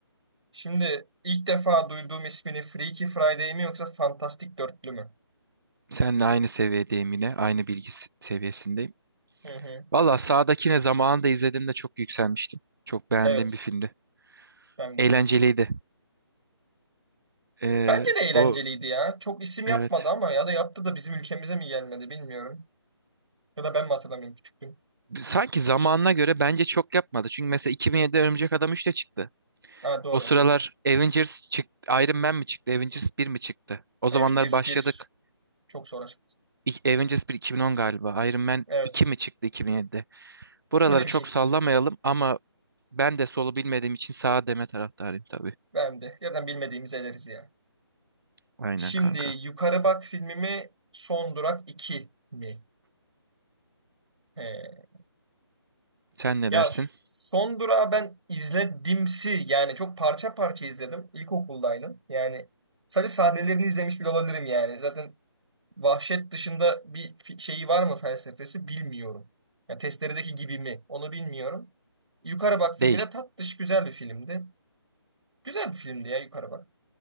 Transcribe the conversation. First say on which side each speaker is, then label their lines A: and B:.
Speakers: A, on the right; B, on the right.
A: Şimdi ilk defa duyduğum ismini Freaky Friday mi yoksa Fantastic Dörtlü mü?
B: Seninle aynı seviyedeyim yine. Aynı bilgi s- seviyesindeyim.
A: Hı hı.
B: Valla sağdakine zamanında izlediğimde çok yükselmiştim. Çok beğendiğim
A: Evet.
B: bir filmdi.
A: Ben
B: Eğlenceliydi.
A: de.
B: Ee,
A: Bence de eğlenceliydi
B: o
A: ya. Çok isim yapmadı
B: evet.
A: ama ya da yaptı da bizim ülkemize mi gelmedi bilmiyorum. Ya da ben mi hatırlamıyorum küçüktüm?
B: Sanki zamanına göre bence çok yapmadı. Çünkü mesela 2007'de Örümcek Adam 3 de çıktı.
A: Ha doğru.
B: O sıralar Avengers çıktı. Iron Man mi çıktı? Avengers bir mi çıktı? O zamanlar
A: Avengers
B: başladık.
A: bir çok sonra çıktı.
B: İ- Avengers 1 2010 galiba. Iron Man
A: Evet.
B: iki mi çıktı 2007'de? Buraları
A: Öyle bir
B: çok
A: şey.
B: sallamayalım ama ben de solu bilmediğim için sağa deme taraftarıyım tabii.
A: Ben de. Zaten bilmediğimiz ederiz ya.
B: Aynen
A: Şimdi
B: kanka.
A: Yukarı Bak filmimi Son Durak iki mi? He.
B: Sen ne
A: Ya
B: dersin?
A: Son Durak'ı ben izledimsi. Yani çok parça parça izledim. İlkokuldaydım. Yani sadece sahnelerini izlemiş bile olabilirim yani. Zaten Vahşet dışında bir fi- şeyi var mı felsefesi bilmiyorum. Yani testeredeki gibi mi onu bilmiyorum. Yukarı Bak filmi
B: Değil.
A: de tatlış güzel bir filmdi. Güzel bir filmdi ya Yukarı Bak.